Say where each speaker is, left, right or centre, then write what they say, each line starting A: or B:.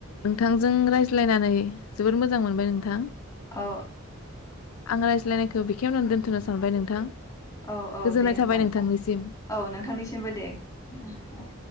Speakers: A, on the left; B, on the left.
A: नोंथांजों रायज्लायनानै जोबोर मोजां मोनबाय नोंथां।
B: औ
A: आं रायज्लायनायखौ बेखेवनो दोन्थ'नो सानबाय नोंथां।
B: औ औ
A: गोजोननाय
B: दे होमबा
A: थाबाय
B: नोंथां
A: नोंथांनिसिम
B: औ नोंथांनिसिमबो दे उम
A: दे
B: औ।